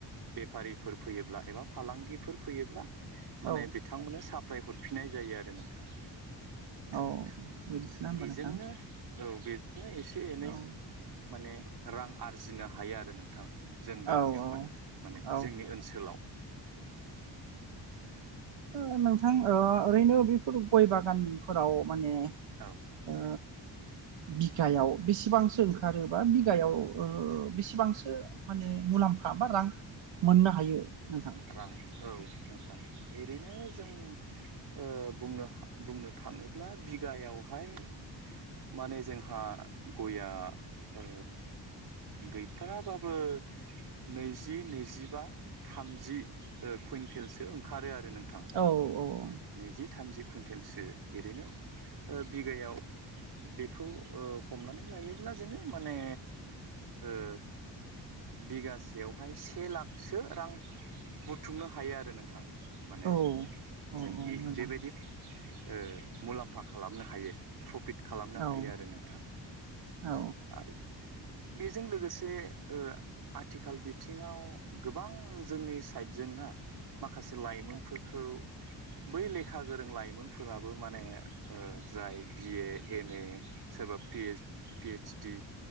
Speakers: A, on the right (about 60°); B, on the right (about 85°).
A: बेफारिफोर फैयोब्ला एबा फालांगिफोर फैयोब्ला माने
B: औ
A: बिथांमोननो साप्लाय हरफिननाय जायो आरो नोंथां
B: औ बिदिसोना होमबा
A: बेजोंनो
B: नोंथां
A: औ बेजोंनो एसे एनै
B: औ
A: माने रां आरजिनो हायो आरो नोंथां जों गामियावहाय
B: औ औ
A: माने
B: औ
A: जोंनि ओनसोलावद
B: ओ नोंथां ओ ओरैनो बेफोर गय बागानफोराव माने
A: औ नोंथां
B: ओ बिगायाव बेसेबांसो ओंखारोबा बिगायाव ओ बेसेबांसो माने मुलामफा बा रां मोननो हायो नोंथां
A: रां औ नोंथां ओरैनो जों ओ बुंनो बुंनो थाङोब्ला बिगायावहाय माने जोंहा गया ओ गैथाराबाबो नैजि नैजि बा थामजि कुइन्टेलसो ओंखारो आरो नोंथां
B: औ औ
A: नैजि थामजि कुइन्टेलसो एरैनो ओ बिगायाव बे खौ ओ हमनानै नायोब्ला जोङो माने ओ बिगासेयावहाय से लाखसो रां बुथुमनो हायो आरो नोंथां माने
B: औ औ
A: जों इ
B: औ मोजां
A: बेबायदि ओ मुलाम्फा खालामनो हायो प्रफिट खालामनो
B: औ
A: हायो आरो नोंथां
B: औ
A: आरो बेजों लोगोसे ओ आथिखाल बिथिङाव गोबां जोंनि साइडजों ना माखासे लाइमोनफोरखौ बै लेखा गोरों लाइमोनफोराबो माने ओ जाय बि ए एम ए सोरबा पि ओस पि ओइस दि